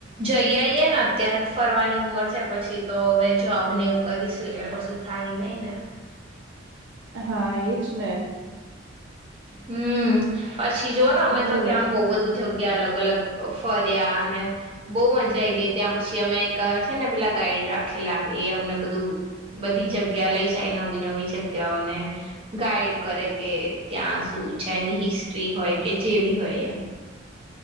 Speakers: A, on the right; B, on the right.
A: જઈ આઈએ ને અત્યારે જ ફરવાની ઉંમર છે પછી તો હવે જોબ ને એવું કરીશું એટલે કશું થાય નહી ને
B: હા એજ ને
A: હમ પછી જોઓ ને અમે
B: બોલો
A: તો ત્યાં બહુ બધું જગ્યા અલગ અલગ ફરયાને બહુ મજા આવી ગઈ ત્યાં પછી અમે છે ને પેલા ગાઈડ રાખેલા એ અમને બધું બધી જગ્યા લઈ જ નવી નવી જગ્યાઓને ગાઈડ કરે કે ત્યાં શું છે એની હિસ્ટ્રી હોય કે જેવી હોય એમ